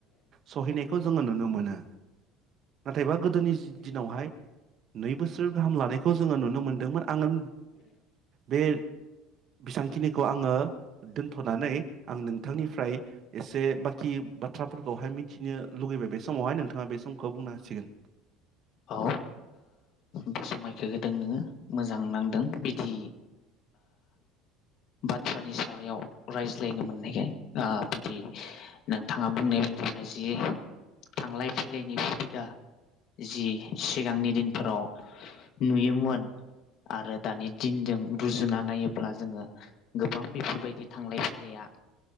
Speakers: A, on the right; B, on the left.
A: सहैनायखौ खौ जोङो नुनो मोनो। नाथायबा गोदोनि दिनावहाय नै बोसोर गाहाम लानायखौ जोङो नुनो मोनदों। दोंमोन आङो बे बेसेबांखिनिखौ आङो दोनथ'नानै आं नोंथांनिफ्राय एसे बाखि बाथ्राफोरखौहाय मिथिनो लुुबैबाय बे समावहाय नोंथाङा बे सम खौ बुंनो हांसिगोन
B: औ बे समायखौ होदों नोङो मोजां नांदों बिदि बाथ्रानि सायाव रायज्लायनो मोननायखाय बिदि नोंथाङा बुंनाय बायदिनो जि थांलाय-फैलायनि सुबिदा जि सिगांनि दिनफोराव नुयोमोन आरो दानि दिनजों रुजुना नायोब्ला जोङो गोबां बेफोरबायदि थांलाय फैलाया